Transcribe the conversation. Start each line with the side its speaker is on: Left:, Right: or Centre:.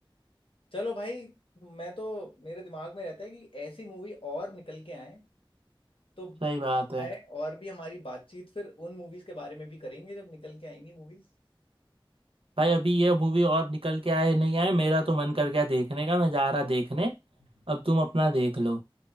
Left: चलो भाई मैं तो मेरे दिमाग में रहता है कि ऐसी मूवी और निकल के आए तो मजा
Right: सही बात है
Left: आए और भी हमारी बातचीत फिर उन मूवीज के बारे में भी करेंगे जब निकल के आएंगी मूवीज
Right: भाई अभी ये मूवी और निकल के आए नहीं आए मेरा तो मन कर गया देखने का मैं जा रहा देखने
Left: <laughs>
Right: अब तुम अपना देख लो